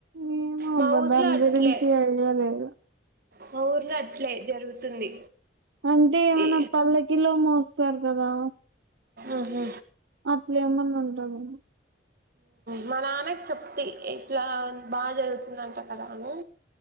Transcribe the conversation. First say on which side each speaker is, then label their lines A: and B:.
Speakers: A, on the right; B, on the right.
A: ఏమో
B: మా
A: అమ్మ
B: ఊర్లో
A: దాని
B: అట్లే
A: గురించి ఐడియా లేదు,
B: మా ఊర్లో అట్లే జరుగుతుంది.
A: అంటే ఏమైనా
B: ఏ
A: పల్లకిలో వస్తారు కదా
B: ఉహు
A: అట్లా ఏమన్నా ఉండఅన్ని
B: మా నాన్నకు చెప్తే ఎట్లా బాగా జరుగుతుందంట కదాఅన్ని